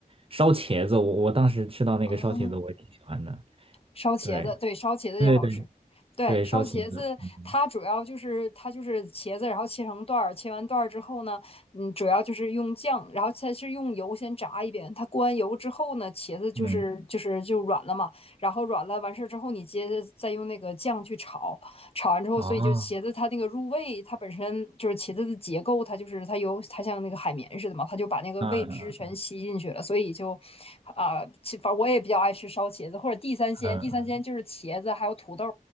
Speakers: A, on the right (about 40°); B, on the left (about 40°).
A: 烧茄子，我我当时吃到那个烧茄子，
B: 啊。
A: 我也挺喜欢的。
B: 烧茄子，
A: 对
B: 对，烧茄子也好吃。
A: 对对
B: 对，
A: 对，
B: 烧茄子它主要就是它就是茄子，
A: 烧茄子，嗯
B: 然后切成段儿，切完段儿之后呢，嗯，主要就是用酱，然后它是用油先炸一遍，它过完油之后呢，茄子就是就是就软了嘛，
A: 嗯，
B: 然后软了完事儿之后，你接着再用那个酱去炒，炒完之后，
A: 哦，
B: 所以就茄子它那个入味，它本身就是茄子的结构，它就是它有它像那个海绵似的嘛，它就把那个味汁全吸进去了，
A: 嗯嗯
B: 所以就啊，其反正我也比较爱吃烧茄子或者地三鲜，
A: 嗯，
B: 地三鲜就是茄子还有土豆，